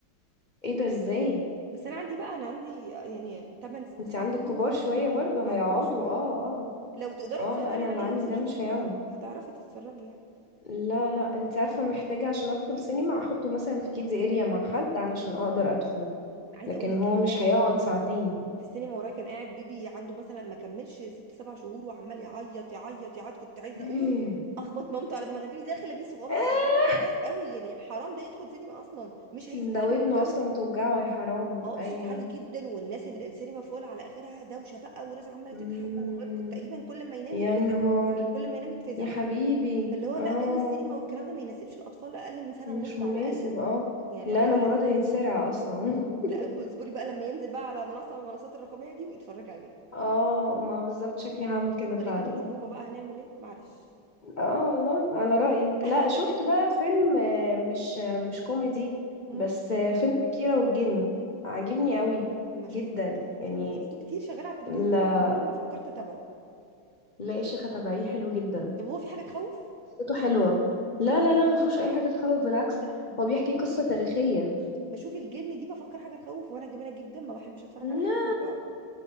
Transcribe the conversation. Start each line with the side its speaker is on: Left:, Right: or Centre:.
Left: ايه ده ازاي
Right: بس أنا عندي بقى أنا عندي يعني 8 9
Left: انت عندك
Right: سنين
Left: كبار
Right: وخمس
Left: شوية
Right: سنين
Left: برضو هيقعدوا
Right: فكبار شوية
Left: اه اه
Right: لو تقدري
Left: اه
Right: تسيطري
Left: لا انا
Right: عليه
Left: اللي عندي
Right: وتخشي
Left: ده مش
Right: السينما
Left: هيقعد
Right: هتعرفي تتفرجي يعني
Left: لا لا انت عارفة محتاجة عشان ادخل سينما احطه مثلا في كيدز اريا مع حد علشان اقدر
Right: مم.
Left: ادخله
Right: عايزة
Left: لكن
Right: أقول لك
Left: هو
Right: كان
Left: مش
Right: قاعد في
Left: هيقعد
Right: السينما
Left: ساعتين
Right: في السينما ورايا كان قاعد بيبي عنده مثلا ما كملش ست سبع شهور وعمال يعيط يعيط يعيط كنت عايزة
Left: <laughs>
Right: أقوم أخبط مامته على دماغي دي داخلة بيه صغنن
Left: آه،
Right: بجد صغير قوي يعني حرام ده يدخل سينما أصلا مش هيستحمل
Left: ده ودنه
Right: الجو
Left: اصلا توجعه يا حرام
Right: اه
Left: ايوه
Right: الصوت عالي جدا والناس ال- السينما فول على اخرها دوشه بقى وناس عماله
Left: مم،
Right: تضحك والواد ك- تقريبا كل ما ينام
Left: يا
Right: يتفزع
Left: نهار
Right: كل ما ينام يتفزع
Left: يا حبيبي
Right: فاللي هو
Left: اه
Right: لا جو السينما والكلام ده ما يناسبش الاطفال اقل من سنه
Left: مش
Right: ونص
Left: مناسب
Right: على الاقل
Left: اه
Right: يعني
Left: لا
Right: على
Left: انا
Right: الاقل
Left: مراد هيتسرع اصلا
Right: لا
Left: <laughs>
Right: اصبري بقى لما ينزل بقى على منصه من المنصات الرقميه دي ويتفرج عليه
Left: اه ما بالظبط شكلي هعمل كده فعلا
Right: ضريبه <laughs> الامومه بقى هنعمل ايه معلش
Left: اه والله على رأيك
Right: <laughs>
Left: لا شفت بقى فيلم آه، مش آه، مش كوميدي
Right: مم.
Left: بس آه، فيلم كيرة والجن عاجبني قوي
Right: ما شفتوش
Left: جدا
Right: انا بصراحه
Left: يعني
Right: شفته كتير شغال على التلفزيون
Left: لا
Right: بس عمري ما فكرت اتابعه
Left: لا يا شيخة تبعيه حلو جدا
Right: طب هو في حاجه تخوف
Left: قصته حلوة لا لا لا ما فيهوش اي حاجة تخوف بالعكس
Right: انا
Left: هو بيحكي قصة تاريخية
Right: بشوف الجن دي بفكر حاجه تخوف وانا جبانه جدا ما بحبش اتفرج على حاجه
Left: لا
Right: فيها رعب